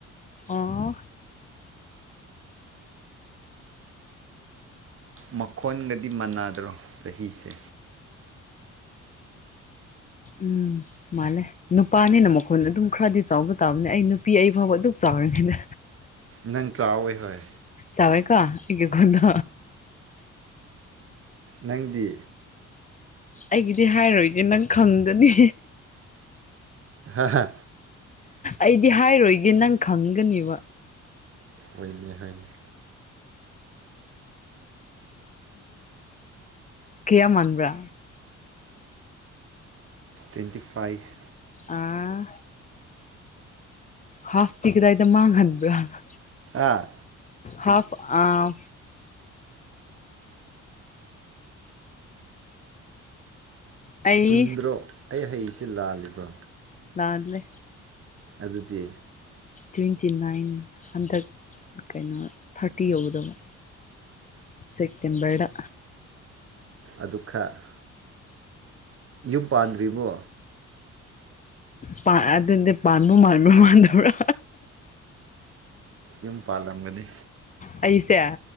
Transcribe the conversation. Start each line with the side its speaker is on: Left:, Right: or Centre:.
Left: ꯑꯣ
Right: ꯃꯈꯣꯟꯒꯗꯤ ꯃꯥꯟꯅꯗ꯭ꯔꯣ ꯆꯍꯤꯁꯦ
Left: ꯎꯝ ꯃꯥꯜꯂꯦ ꯅꯨꯄꯥꯅꯤꯅ ꯃꯈꯣꯟ ꯑꯗꯨꯝ ꯈꯔꯗꯤ ꯆꯥꯎꯕ ꯇꯥꯕꯅꯦ ꯑꯩ ꯅꯨꯄꯤ ꯑꯩ ꯐꯥꯎꯕ ꯑꯗꯨꯛ ꯆꯥꯎ ꯗ
Right: ꯅꯪ ꯆꯥꯎꯋꯦ ꯍꯣꯏ
Left: ꯆꯕꯥꯏ ꯀꯣ ꯏ ꯈꯨꯣꯟꯅ
Right: ꯅꯪꯗꯤ
Left: ꯑꯩꯒꯤꯗꯤ ꯍꯥꯏꯔꯣꯏꯒꯦ ꯅꯪ ꯈꯪꯒꯅꯤ
Right: ꯑꯍ
Left: ꯑꯩꯗꯤ ꯍꯥꯏꯔꯣꯏꯒꯦ ꯅꯪ ꯈꯪꯒꯅꯦꯕ
Right: ꯑꯣꯏꯅꯦ ꯍꯥꯏꯅ
Left: ꯀꯌꯥ ꯃꯥꯟꯕꯕ꯭ꯔꯥ
Right: ꯇ꯭ꯋꯦꯟꯇꯤ ꯐꯥꯏꯚ
Left: ꯑꯥ ꯍꯥꯐꯇꯤ ꯀꯗꯥꯏꯗ ꯃꯥꯡꯍꯟꯕ꯭ꯔꯥꯅ
Right: ꯑꯥ
Left: ꯍꯥꯐ ꯑꯥ ꯑꯩ
Right: ꯆꯨꯝꯗ꯭ꯔꯣ ꯑꯩ ꯍꯩꯁ ꯂꯥꯜꯂꯤꯕ꯭ꯔꯣ
Left: ꯂꯜꯂꯦ
Right: ꯑꯗꯨꯗꯤ
Left: ꯇ꯭ꯋꯦꯟꯇꯤ ꯅꯥꯏꯟ ꯍꯟꯗꯛ ꯀꯩꯅꯣ ꯊꯥꯔꯇꯤ ꯌꯧꯗꯕ ꯁꯤꯛꯇꯦꯝꯕꯔ
Right: ꯑꯗꯨ ꯈꯔ ꯌꯨꯝ ꯄꯥꯟꯗ꯭ꯔꯤꯕꯔꯤꯕꯣ
Left: ꯄ ꯑꯗꯨꯗꯤ ꯄꯅꯨ ꯃꯥꯅꯨ ꯃꯥꯗꯧꯔ
Right: ꯌꯨꯝ ꯄꯥꯜꯂꯝꯒꯅꯤ
Left: ꯑꯩꯁꯦ